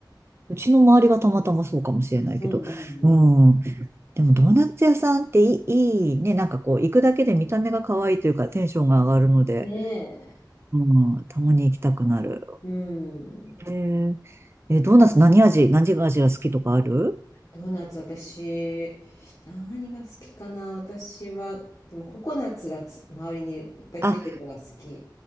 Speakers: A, on the right (about 35°); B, on the left (about 45°).
A: うちの周りがたまたまそうかもしれないけど。
B: うんうんうん。
A: うん。でもドーナツ屋さんっていい、いいね。なんかこう、行くだけで見た目が可愛いというか、テンションが上がるので、
B: ね
A: うん、たまに行きたくなる。
B: え。うん。
A: えー、え、ドーナツ何味、何味が好きとかある
B: ドーナツ私、何が好きかな私は、でもココナッツがつ周りにいっぱいついてるのが好き。
A: あ、